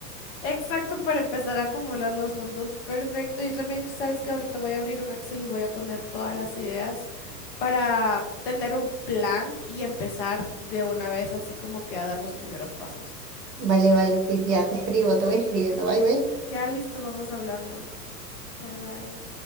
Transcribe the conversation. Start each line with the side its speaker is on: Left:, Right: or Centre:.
Left: Exacto, para empezar a acumular los fondos. Perfecto. Yo también, sabes que ahorita voy a abrir un Excel y voy a poner todas las ideas para tener un plan y empezar de una vez, así como que a dar los primeros pasos.
Right: Vale, vale, Tiff, ya te escribo, te voy escribiendo. Bye, bye.
Left: Ya listo, vamos hablando. Bye bye.